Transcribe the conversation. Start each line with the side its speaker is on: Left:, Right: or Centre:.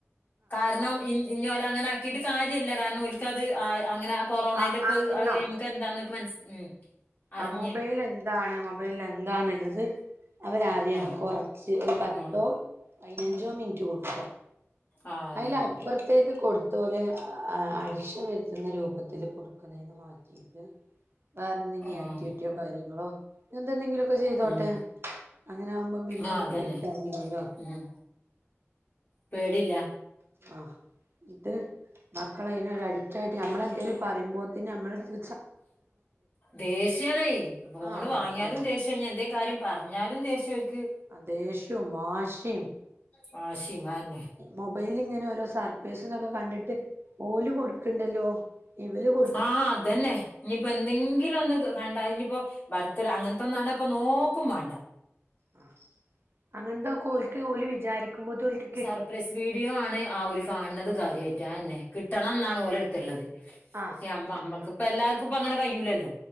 Left: കാരണം ഇൻ ഇഞ്ഞി ഓല അങ്ങനെ ആക്കിയിട്ട് കാര്യല്ല കാരണം ഓൽക്കത് അത് അ അ അങ്ങനെ ആ കൊറോണയില്
Right: ആഹ്
Left: ഇപ്പോ
Right: അറിയണം
Left: അത് അയ് കഴിയുമ്പം ക്കെ എന്താന്നൊക്കെ മനസ്സ് ഉം അറിഞ്ഞ്
Right: ആഹ് മൊബൈല് എന്താണ് മൊബൈലില് എന്താണ് ഇള്ളത് അവരറിയണം
Left: ആഹ്
Right: കൊറച്ച് ഒരു പത്തോ
Left: ആഹ്
Right: പയിനഞ്ചോ മിനിറ്റ് കൊടുക്കാ
Left: ആഹ് അതന്നെ
Right: അയില് അപ്പറത്തേക്ക് കൊടുത്തോല് ആഹ് അടിച്ചമർത്തുന്ന രൂപത്തില് കൊടുക്കനെന്ന് മാറ്റീട്ട് വേറെന്തെങ്കിലും
Left: ഉം
Right: ആക്ടിവിറ്റിയോ കാര്യങ്ങളോ എന്തൊന്നെങ്കിലുമൊക്കെ ചെയ്തോട്ടെ
Left: ഉം
Right: അങ്ങനെയാവുമ്പം പിന്നെ
Left: ആഹ് അതന്നെ
Right: പേടിക്കാനൊന്നില്ലല്ലോ
Left: ഉം പേടില്ല
Right: ആഹ് ഇത് മക്കള് അതിനൊരു അഡിക്റ്റായിട്ട് നമ്മളെന്തേലും പറയുമ്പോത്തെന് നമ്മെളെടുത്ത്
Left: ദേഷ്യാണേ ഫോണ്
Right: ആഹ്
Left: വാങ്ങിയാലും ദേഷ്യം ഇനി എന്തേ കാര്യം പറഞ്ഞാലും ദേഷ്യം ഓർക്ക്
Right: ആഹ് ദേഷ്യവും വാഷിയും
Left: വാശീം അയന്നെ
Right: മൊബൈല് ഇങ്ങനെ ഓരോ സർപ്രൈസ് എന്നൊക്കെ കണ്ടിട്ട് ഓല് കൊടുക്ക്ണ്ടല്ലോ. ഇവല് കൊ
Left: ആഹ് അതന്നെ ഇനിയിപ്പ എന്തെങ്കിലും ഒന്ന് ക കണ്ടാല് ഇനി പ്പൊ ബർത്തിടെ അങ്ങനെത്തെ ഒന്നാണേൽ ഇപ്പൊ നോക്കും വേണ്ട
Right: ആഹ് അങ്ങനത്തോക്ക ഓൽക്ക് ഓല് വിചാരിക്കുമ്പോ ഇതോൽക്
Left: സർപ്രൈസ് വീഡിയോ ആണ് ആ ഒര് കാണണത്
Right: ആഹ്
Left: കാര്യായിട്ട് അയന്നെ കിട്ടണം എന്നാണ് ഓലെടുത്ത്ള്ളത്.
Right: ആഹ്
Left: <unintelligible> അമ്മ
Right: ഇത്
Left: അമ്മക്കിപ്പ എല്ലാർക്കും ഇപ്പ അങ്ങന കയ്യൂലല്ലോ